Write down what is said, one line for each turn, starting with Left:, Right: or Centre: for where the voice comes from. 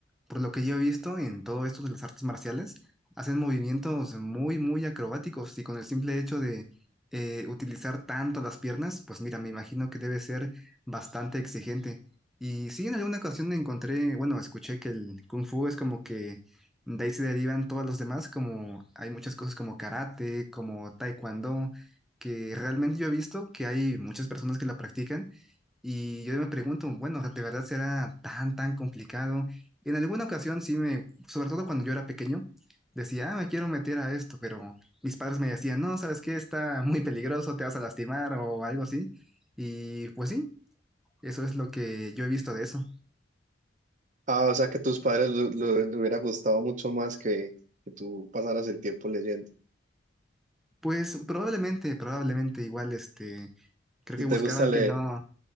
Centre: por lo que yo he visto en todo esto de las artes marciales, hacen movimientos muy, muy acrobáticos y con el simple hecho de eh, utilizar tanto las piernas, pues mira, me imagino que debe ser bastante exigente. Y sí, en alguna ocasión encontré, bueno, escuché que el kung fu es como que de ahí se derivan todos los demás, como hay muchas cosas como karate, como taekwondo, que realmente yo he visto que hay muchas personas que la practican y yo me pregunto, bueno, ¿de verdad será tan, tan complicado? En alguna ocasión sí me, sobre todo cuando yo era pequeño, decía, ah, me quiero meter a esto, pero mis padres me decían, no, ¿sabes qué? Está muy peligroso, te vas a lastimar o algo así. Y pues sí, eso es lo que yo he visto de eso.
Right: Ah, o sea que tus padres lo, lo- le hubiera gustado mucho más que, que tú pasaras el tiempo leyendo.
Centre: Pues probablemente, probablemente igual, este, creo
Right: ¿Y
Centre: que
Right: te
Centre: buscaban
Right: gusta leer?
Centre: que no,